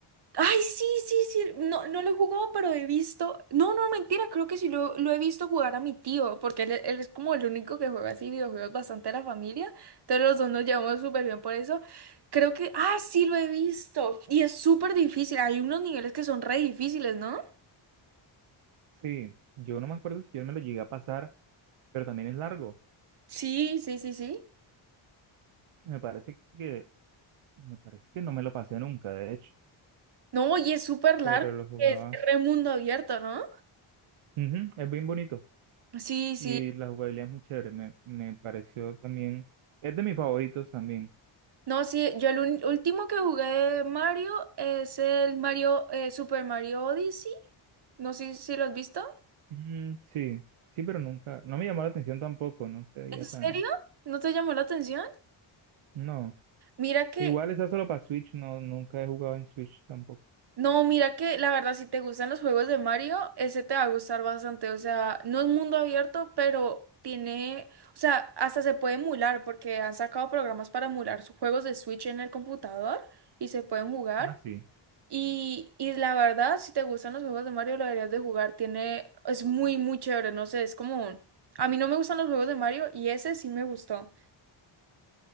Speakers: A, on the right; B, on the right.
A: Ay, sí, sí, sí. No, no lo he jugado, pero he visto. No, no, mentira. Creo que sí lo, lo he visto jugar a mi tío, porque él, él es como el único que juega así videojuegos bastante a la familia. Entonces los dos nos llevamos súper bien por eso. Creo que. Ah, sí, lo he visto. Y es súper difícil. Hay unos niveles que son re difíciles, ¿no?
B: Sí, yo no me acuerdo si yo me lo llegué a pasar, pero también es largo.
A: Sí, sí, sí, sí.
B: Me parece que, me parece que no me lo pasé nunca, de hecho,
A: No, y es súper largo.
B: pero lo jugaba.
A: Es re mundo abierto, ¿no?
B: Ujú, es bien bonito
A: Sí, sí.
B: y la jugabilidad es muy chévere. Me, me pareció también, es de mis favoritos también.
A: No, sí, yo el un- último que jugué de Mario es el Mario, eh, Super Mario Odyssey. No sé si lo has visto.
B: Mm, sí, sí, pero nunca, no me llamó la atención tampoco, no se veía
A: ¿En serio?
B: tan,
A: ¿No te llamó la atención?
B: no.
A: Mira que,
B: Igual esa solo para Switch, no, nunca he jugado en Switch tampoco.
A: no, mira que la verdad, si te gustan los juegos de Mario, ese te va a gustar bastante. O sea, no es mundo abierto, pero tiene, o sea, hasta se puede emular porque han sacado programas para emular sus juegos de Switch en el computador y se pueden jugar.
B: Ah, sí.
A: Y, y la verdad, si te gustan los juegos de Mario, lo deberías de jugar. Tiene, es muy, muy chévere. No sé, es como un- A mí no me gustan los juegos de Mario y ese sí me gustó.